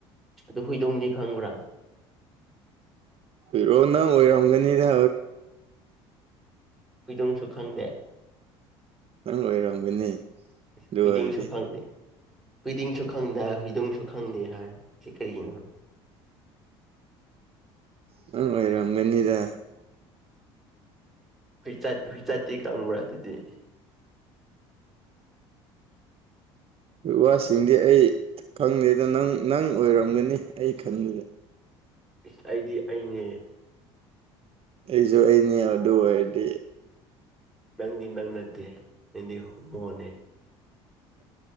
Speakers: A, in the centre; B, on the right.
A: ꯑꯣ ꯍꯨꯏꯗꯣꯝꯗꯤ ꯈꯪꯕ꯭ꯔꯥ
B: ꯄꯔꯣꯑꯣ ꯅꯪ ꯑꯣꯏꯔꯝꯒꯅꯤꯗ
A: ꯐꯨꯏꯗꯣꯡꯁꯨ ꯈꯪꯗꯦ
B: ꯅꯪ ꯑꯣꯏꯔꯝꯒꯅꯤ ꯑꯗꯨ
A: ꯍꯨꯏꯗꯤꯡꯁꯨ
B: ꯑꯣꯏꯔꯗꯤ
A: ꯈꯪꯗꯦ ꯍꯨꯗꯤꯡꯁꯨ ꯈꯪꯗꯦ ꯍꯏꯗꯣꯡꯁꯨ ꯈꯪꯗꯦ ꯍꯥꯏ ꯁꯤꯦ ꯀꯔꯤꯒꯤꯅꯣ
B: ꯅꯪ ꯑꯣꯏꯔꯝꯒꯅꯤꯗ
A: ꯍꯨꯏꯆꯠ ꯍꯨꯏꯆꯠꯇꯤ ꯀꯥꯡꯪꯕ꯭ꯔꯥ ꯑꯗꯨꯗꯤ
B: ꯋꯥꯁꯤꯡꯗꯤ ꯑꯩ ꯈꯪꯗꯦꯗ ꯅꯪ ꯅꯪ ꯑꯣꯏꯔꯝꯒꯅꯤ ꯑꯩ ꯈꯟꯕꯗꯤ
A: ꯏꯁ ꯑꯩꯗꯤ ꯑꯩꯅꯦ
B: ꯑꯩꯁꯨ ꯑꯩꯅꯦ ꯑꯗꯨ ꯑꯣꯏꯔꯗꯤ
A: ꯅꯗꯤꯤꯟꯕ ꯅꯠꯇ ꯅꯗꯤ ꯍ ꯃꯅꯦ